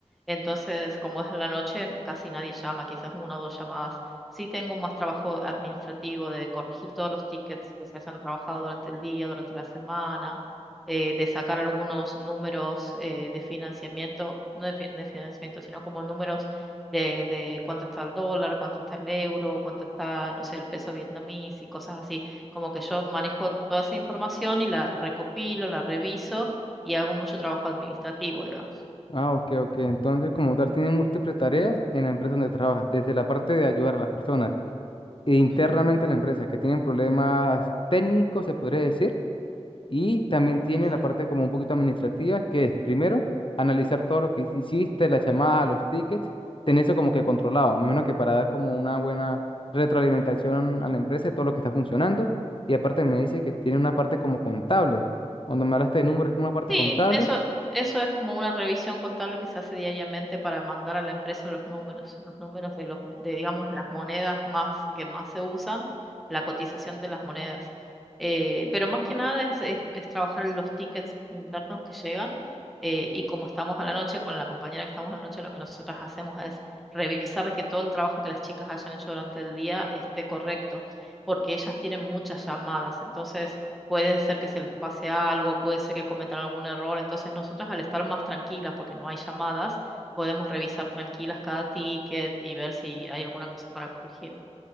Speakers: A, in the centre; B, on the left (about 45°).
A: entonces como es en la noche casi nadie llama, quizás una o dos llamadas. Sí tengo más trabajo administrativo de corregir todos los tickets que se hayan trabajado durante el día, durante la semana, eh, de sacar algunos números eh, de financiamiento, no de, fi- de financiamiento, sino como números de, de cuánto está el dólar, cuánto está el euro, cuánto está, no sé, el peso vietnamís y cosas así como que yo manejo toda esa información y la recopilo, la reviso y hago mucho trabajo administrativo, digamos.
B: Ah, ok, ok. Entonces, como tal, tienen múltiples tareas en la empresa donde trabajas, desde la parte de ayudar a las personas e internamente
A: Ujú.
B: a la empresa que tienen problemas técnicos, se podría decir Y también tiene
A: Exacto,
B: la parte como un poquito administrativa, que es primero analizar todo lo que hici- hiciste, la llamada, los tickets, tener eso como que controlado. Me imagino que para dar como una buena retroalimentación a la empresa de todo lo que está funcionando. Y aparte me dice que tiene una parte como contable. Cuando me hablaste de números, es como una parte
A: Sí,
B: contable
A: eso, eso es como una revisión contable que se hace diariamente para mandar a la empresa los números, los números de los, de digamos las monedas más que más se usan, la cotización de las monedas. Eh, pero más que nada es, es, es trabajar en los tickets internos que llegan eh, y como estamos a la noche, con la compañera que estamos a la noche, lo que nosotras hacemos es revisar que todo el trabajo que las chicas hayan hecho durante el día esté correcto, porque ellas tienen muchas llamadas, entonces puede ser que se les pase algo, puede ser que cometan algún error. Entonces nosotras al estar más tranquilas, porque no hay llamadas, podemos revisar tranquilas cada ticket y ver si hay alguna cosa para corregir.